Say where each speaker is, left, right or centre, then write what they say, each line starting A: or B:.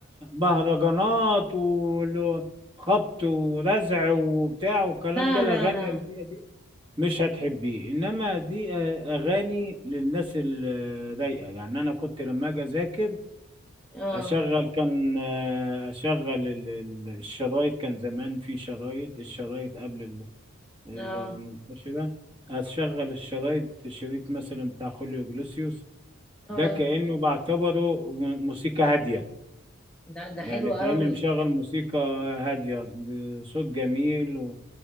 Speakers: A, on the right; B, in the centre.
A: مهرجانات وخبط ورزع وبتاع والكلام
B: لا
A: ده الاغاني
B: لا لا
A: اللي هي دي مش هتحبيه انما دي آه، اغاني للناس الرايقه يعني انا كنت لما اجي اذاكر
B: اه
A: اشغل كان آه، اشغل ال- ال- الشرايط كان زمان في شرايط الشرايط قبل ال- ال-
B: اه
A: المنتشره اشغل الشرايط شريط مثلا بتاع خوليو جلوسيوس
B: اه
A: ده كانه بعتبره م- موسيقى هاديه
B: ده ده
A: يعني
B: حلو
A: كاني
B: قوي
A: مشغل موسيقى هاديه بصوت جميل و...